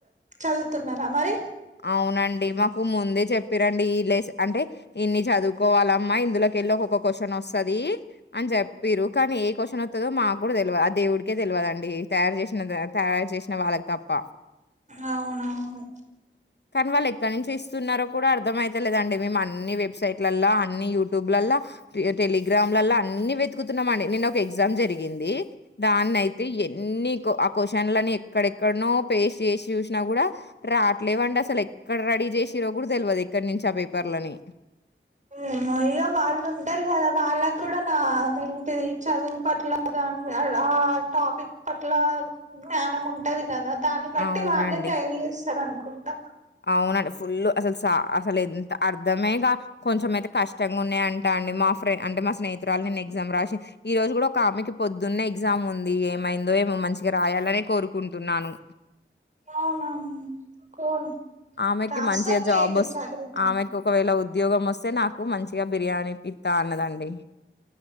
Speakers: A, on the right; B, on the left.
A: చదువుతున్నారా మరి
B: అవునండి మా కు ముందే చెప్పిరండి ఇల అంటే ఇన్ని చదువుకోవాలమ్మా ఇందులోకెళ్ళి ఒక్కొక్క క్వశ్చన్ వస్తుది అని చెప్పారు కానీ ఏ క్వశ్చన్ వస్తుందో మాకు తెలియదు ఆ దేవుడికే తెలియదండి తయారు చేసిన తయారు చేసిన వాళ్ళకి తప్ప
A: అవునవును
B: కానీ వాళ్ళు ఎక్కడ నుంచి ఇస్తున్నారో కూడా అర్థం అయితలేదండి మేము అన్ని వెబ్సైట్లలో అన్ని యూట్యూబ్లలా టెలిగ్రామ్లలో అన్ని వెతుకుతున్నామ అండి నేను ఒక ఎగ్జామ్ జరిగింది దాన్న అయితే ఎన్ని ఆ కుషన్ని ఎక్కడెక్కడనో పేస్ట్ చేసి చూసినా కూడా రా అట్లేవండి అసలు ఎక్కడ రెడీ చేసి రో కూడా తెలియదు ఎక్కడి నుంచి ఆ పేపర్లని
A: ఏమో ఇగో వాళ్ళు ఉంటారు కదా వాళ్ళకి కూడా నాదేంటిది చదువు పట్లదు అని ఆ టాపిక్ పట్లా జ్ఞానం ఉంటాది కదా దాన్ని బట్టి
B: అవునండి
A: వాళ్ళే తయారు చేస్తారు అనుకో కుంటా
B: అవునండి ఫుల్ అసలు అసలు ఎంత అర్ధమేగా కొంచెం అయితే కష్టంగా ఉన్నా అంటా అండి మా ఫ్రెం అంటే మా స్నేహితురాలు నేను ఎగ్జామ్ రాసి ఈ రోజు కూడా ఒక ఆమెకి పొద్దున్న ఎగ్జామ్ ఉంది ఏమైందో ఏమో మంచిగా రాయాలనే కోరుకుంటున్నాను
A: అవునా కో
B: ఆమెకి
A: రాస్తారులే
B: మంచిగా జాబస్
A: చదివితే
B: ఆమెకి ఒకవేళ వ ఉద్యోగం వస్తే నాకు మంచిగా బిర్యానీ పిత్తా అన్నదండి